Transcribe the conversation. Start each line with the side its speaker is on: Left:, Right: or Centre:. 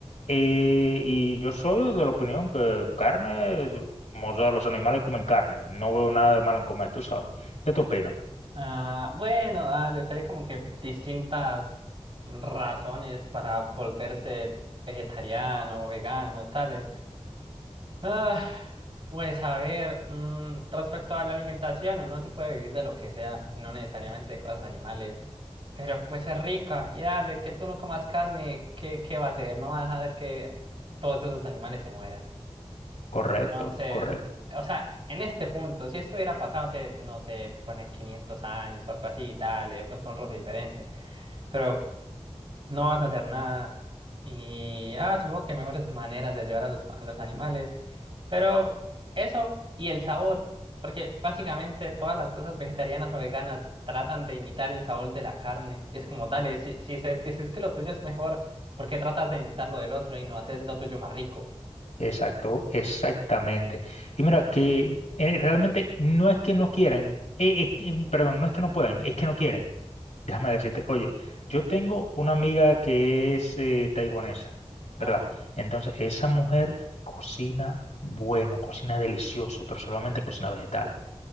Left: Eh, y yo soy de la opinión que carne, es- o sea, los animales comen carne, no veo nada de malo en comer, tú sabes. ¿Qué te opinas?
Right: Ah, bueno, dale, o sea, hay como que distintas razones para volverse vegetariano, vegano, tales. Ah, pues a ver, mm, respecto a la alimentación, uno sí puede vivir de lo que sea, y no necesariamente de cosas animales, pero pues es rica, y dale, que tú no comas carne, ¿qué, qué va a hacer? No va a dejar que todos esos animales se mueran.
Left: Correcto,
Right: Entonces,
Left: correcto.
Right: o sea, en este punto, si esto hubiera pasado hace, no sé, pone 500 años o algo así y tal, de pronto un roce diferente, pero no vas a hacer nada. Y ah, supongo que mejores maneras de ayudar a los, a los animales. Pero eso y el sabor, porque básicamente todas las cosas vegetarianas o veganas tratan de imitar el sabor de la carne. Y es como, dale, si, si se, dices que lo tuyo es mejor, ¿por qué tratas de imitar lo del otro y no hacer lo tuyo más rico?
Left: Exacto, exactamente. Y mira que eh, realmente no es que no quieran, eh, es que- mm, perdón, no es que no puedan, es que no quieren. Déjame decirte, oye, yo tengo una amiga que es eh, taiwanesa,
Right: Ajá.
Left: ¿verdad? Entonces, esa mujer cocina bueno, cocina delicioso, pero solamente cocina vegetales.